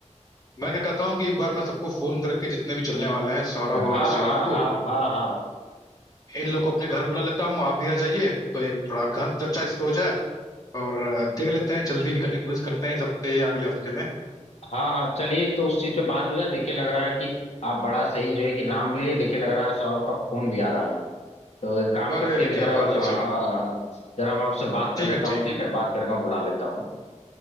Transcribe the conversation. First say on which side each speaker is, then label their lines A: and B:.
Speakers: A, on the left; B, on the left.
A: मैं क्या कहता हूँ कि एक बार मैं सबको फोन करके जितने भी चलने वाले हैं सौरभ
B: हाँ
A: और शिवांग
B: हाँ हाँ
A: को
B: हाँ हाँ
A: इन लोग को अपने घर बुला लेता हूँ आप भी आ जाइए तो एक थोड़ा गहन चर्चा इस पे हो जाए और अ, देख लेते हैं जल्दी निकलने की कोशिश करते हैं इस हफ्ते या अगले हफ्ते में
B: हाँ हाँ चलिए तो उस चीज पे बात हो जाए देखिए लग रहा है कि आप बड़ा सही जो है कि नाम भी लिए देखिए लग रहा है सौरभ का फोन भी आ रहा है हमें तो एक काम
A: अरे
B: करते
A: अरे
B: हैं
A: क्या
B: कि जरा
A: बात
B: उसे
A: है चलो
B: हाँ हाँ जरा मैं उससे बात कर
A: ठीक
B: लेता
A: है ठीक
B: हूँ ठीक
A: है
B: है बात करके मैं बुला लेता हूँ